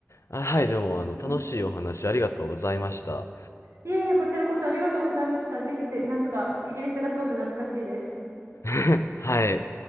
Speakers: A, on the left; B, on the right.
A: あ、はい、でも、
B: そう
A: あの、楽しいお話ありがとうございました。
B: いやいや、こちらこそありがとうございました。ぜひぜ、なんか、イギリスがすごく懐かしいです。
A: <laughs> はい。